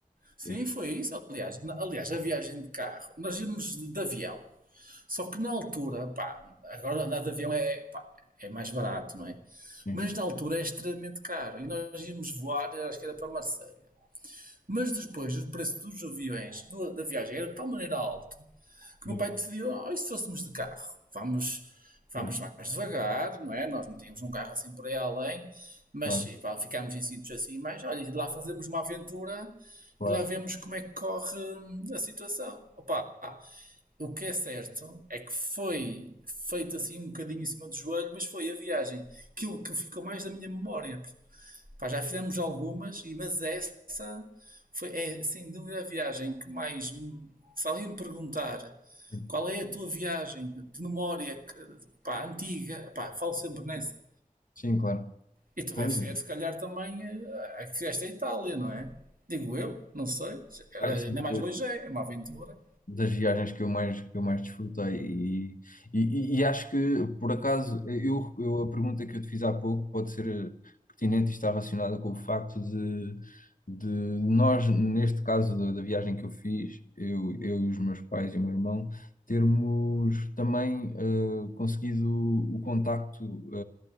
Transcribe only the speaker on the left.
Pois,
sim,
sim,
pois,
claro,
claro,
sim,
sim, claro.
Pois,
ai,
sim,
das viagens que eu mais, que eu mais desfrutei. E, e, e acho que, por acaso, eu, eu- a pergunta que eu te fiz há pouco pode ser eh, pertinente e está relacionada com o facto de, de nós, neste caso da, da viagem que eu fiz, eu, eu e os meus pais e o meu irmão, termos também eh, conseguido o contacto